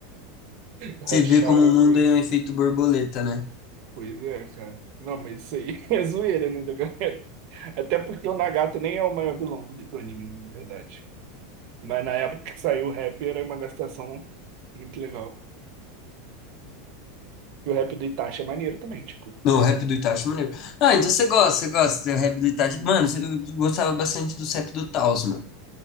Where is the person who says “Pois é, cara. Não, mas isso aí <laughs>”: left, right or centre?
Right